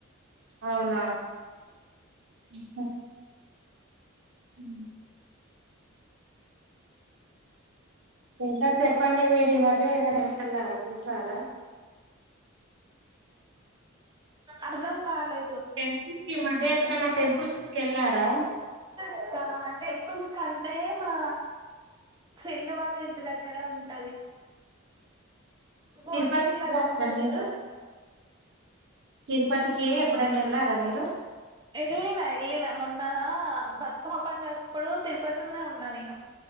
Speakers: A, on the right; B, on the right.
A: అవునా ఊహు ఊ ఇంకా చెప్పండి మీరు ఈ మధ్య ఏదైనా ఎళ్తే ఎల్లారా చూసారా
B: అర్దం గాలే
A: టెంపుల్స్కీ ఈ మధ్య ఏదనా టెంపుల్స్కెళారా
B: స్కా టెంపుల్స్ కంటే మా ఫ్రెండ్ వాళ్ళ ఇంటి దగ్గర ఉంటది భోన్గిరిలా
A: తిరుపతి వెళ్ళారా
B: అందుంటది
A: మీరు
B: గదా
A: తిరుపతికి ఎప్పుడైనా ఎళ్ళరా మీరు
B: ఎళ్ళిన ఎళ్ళిన మొన్న బతుకమ్మ పండుగ అప్పుడు తిరుపతిలనే ఉన్నా నేను